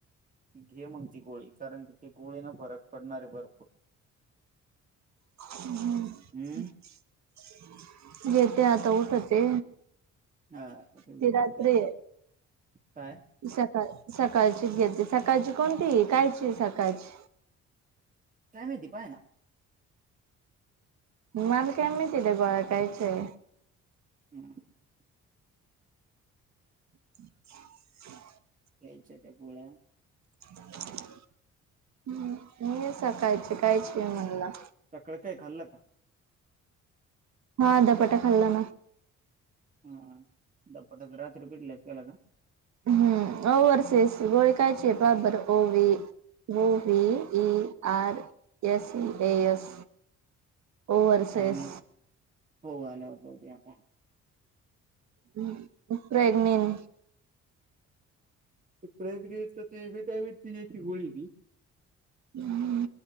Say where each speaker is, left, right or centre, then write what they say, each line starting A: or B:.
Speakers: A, on the right; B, on the right.
A: घे मग ती गोळी. कारण की ते गोळीनी फरक पडणारे भरपूर.
B: <unintelligible>
A: हम्म
B: घेते आता. उठते
A: हा रेग्युलर
B: ति रात्री ये.
A: काय
B: हि स सळ सकाळचीच घेते सकाळची कोणती ही? कायची सकाळची?
A: कायमाहिती? पाय ना.
B: मला काय मायती त्या गोळ्या कायच्या ये?
A: <unintelligible>
B: <inaudible>
A: घ्यायच्या त्या गोळ्या,
B: हं, हि सकाळची कायची ये म्हणल?
A: सकाळी काही खाल्लं का?
B: हा, धपाटा खाल्ला ना.
A: हा, धपाटा का रात्रीच्या पिठल्याचा केला का?
B: हं. ओवर्हसीस गोळी कायची पहा बर. ओ V O V E R S E S. ओव्हर्सेस,
A: काय माहित हो, आल्यावर पाहू ते आता.
B: हं, प्रेगनेन
A: ती प्रेग्नेन चे ती व्हिट्यामिनची ह्याची गोळी आहे ती.
B: हं,